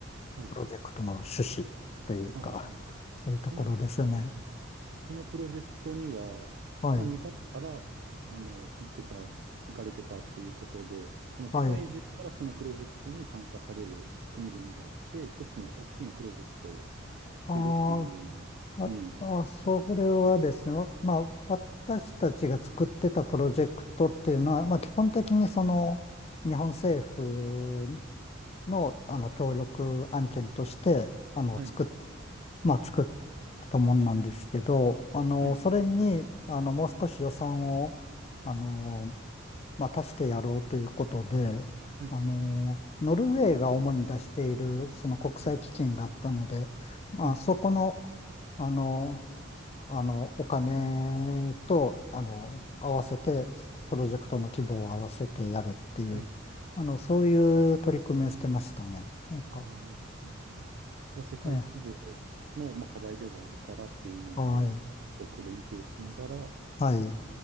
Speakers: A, on the right (about 60°); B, on the left (about 30°).
A: はい。
B: プロジェクトの趣旨というか、
A: ああ。
B: そういうところですね。
A: その、そのプロジェクトには、
B: はい。
A: まあ、日本から、あの、行ってた、行かれてたっていうことで、その世界中からそのプロジェクトに参加される国々があって、
B: はい。
A: 一つの大きなプロジェクトをしてるっていうようにイメージ。
B: ああ、あ、あ、それはですね、わまあ、私たちが作ってたプロジェクトっていうのは、まあ、基本的にその日本政府の、あの協力案件としてあの作っ、
A: はい。
B: まあ、作ってたもんなんですけど、あのそれにあのもう少し予算をあの、
A: はい。
B: まあ、足してやろうということで、
A: はい。
B: あのノルウェーが主に出しているその国際基金があったので、
A: お
B: まあ、
A: はい。
B: そこのあのあの、お金と、あの、合わせて、プロジェクトの規模を合わせてやるっていう、
A: はい。
B: あの、そういう取り組みをしてましたね。なんか、
A: ああ、そんな。は世界規模
B: ええ、
A: の、まあ、課題ではあるからっていうので、
B: はい、
A: 各国連携しながら、
B: はい、